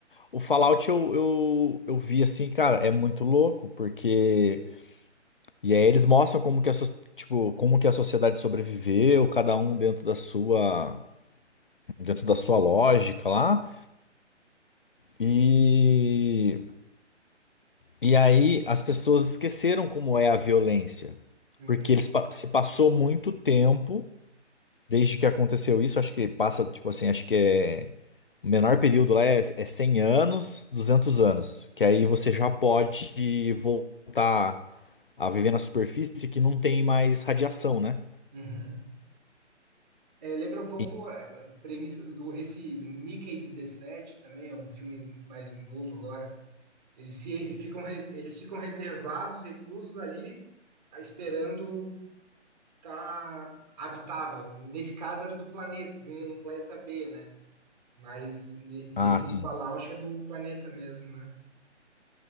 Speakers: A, on the left; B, on the right.
A: O Fallout eu, eu, eu vi assim, cara, é muito louco, porque. E aí eles mostram como que a, so- tipo, como que a sociedade sobreviveu, cada um dentro da sua, dentro da sua lógica lá. E, e aí as pessoas esqueceram como é a violência.
B: Uhum,
A: Porque eles pa- se passou muito tempo desde que aconteceu isso, acho que passa, tipo assim, acho que é. O menor período lá é, é 100 anos, 200 anos, que aí você já pode voltar a viver na superfície que não tem mais radiação, né?
B: uhum. É, lembra um pouco
A: E-
B: a premissa do esse do Mickey 17 também, é um filme mais novo agora. Eles, se, ficam, res- eles ficam reservados, reclusos ali, ah, esperando estar habitável. Nesse caso era do planeta, de um planeta B, né? Mas ne- nesse
A: Ah, sim.
B: do Palauche é do planeta mesmo, né?